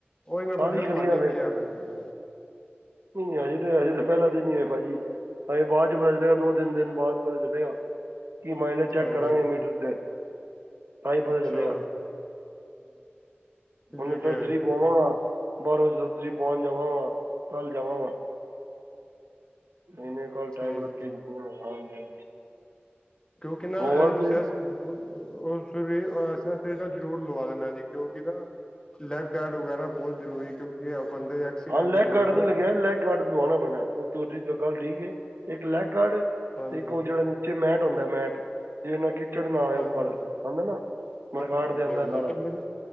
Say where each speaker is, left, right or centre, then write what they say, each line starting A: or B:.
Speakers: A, on the left; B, on the right.
A: ਉਹੀ ਮੈਂ
B: ਸਾਰੀ
A: ਪੁੱਛ ਰਿਹਾ
B: ਗੱਡੀਆਂ ਫੇਲ।
A: <unintelligible>
B: ਨਹੀਂ, ਨਹੀਂ ਅਜੇ ਤੇ ਤਾਂ ਪਹਿਲਾ ਦਿਨ ਹੀ ਹੈ ਭਾਜੀ ਅਜੇ ਬਾਅਦ ਚ ਪਤਾ ਚੱਲੇਗਾ ਦੋ ਤਿੰਨ ਦਿਨ ਬਾਅਦ ਪਤਾ ਚੱਲੇਗਾ। ਕੀ ਮਾਈਲੇਜ ਚੈੱਕ
A: ਹਾਂਜੀ
B: ਕਰਾਂਗੇ ਮੀਟਰ 'ਤੇ ਤਾਂ ਹੀ ਪਤਾ
A: ਅੱਛਾ
B: ਚੱਲੇਗਾ।
A: ਠੀਕ
B: ਮੈਨੂੰ ਜਰੂਰਤ
A: ਹੈ
B: ਹੋਈ ਪਾਵਾਂਗਾ ਬਾਹਰੋਂ ਜਰੂਰਤ ਪਾਉਣ ਜਾਵਾਂਗਾ। ਕੱਲ ਜਾਵਾਗਾ ਨਹੀਂ ਨਹੀਂ ਕੱਲ ਟਾਈਮ
A: ਠੀਕ
B: ਲੱਗ ਕੇ ਹਾਂਜੀ ਹਾਂਜੀ।
A: ਕਿਉਂਕਿ ਨਾ
B: ਹੋਰ
A: ਐਜੇ
B: ਤੁਸੀਂ
A: ਸਿਆਸਤੂਰ ਸ <inaudible> ਸਿਆਸਤਰੀ ਦਾ ਜ਼ਰੂਰ ਲਵਾ ਦੇਣਾ ਜੀ। ਕਿਉਂਕਿ ਨਾ ਲੈਗ ਗਾਰਡ ਵਗੈਰਾ ਬਹੁਤ ਜ਼ਰੂਰੀ ਕਿਉਂਕਿ ਬੰਦੇ। ਐਕਸੀਡੈਂਟ
B: ਹਾਂ ਲੈਗ
A: ਹੋ ਜਾਂਦਾ
B: ਗਾਰਡ
A: ਨਾ
B: ਨੀ ਲੱਗਿਆ
A: ਫਿਰ
B: ਲੈਗ ਗਾਰਡ। ਲਵਾਣਾ ਪੈਣਾ ਉਹ ਤੁਹਾਡੀ ਗੱਲ ਠੀਕ ਏ ਇੱਕ ਲੈਗ ਗਾਰਡ
A: ਹਾਂਜੀ
B: ਤੇ ਇੱਕ ਉਹ ਜਿਹੜਾ ਨ। ਜੀ ਮੈਟ ਹੁੰਦਾ ਮੈਟ। ਜੇ ਇਹਨਾ ਕਿਚੜ ਨਾ ਆਵੇ
A: ਹਾਂਜੀ
B: ਉੱਪਰ ਕਹਿੰਦੇ ਨਾ
A: ਹਾਂਜੀ
B: ਮਰਗਾੜ
A: ਹਾਂਜੀ
B: ਦੇ ਅੰਦਰ
A: ਹਾਂਜੀ ਹਾਂਜੀ
B: ਸਾਰਾ।
A: ਇੰਜਨ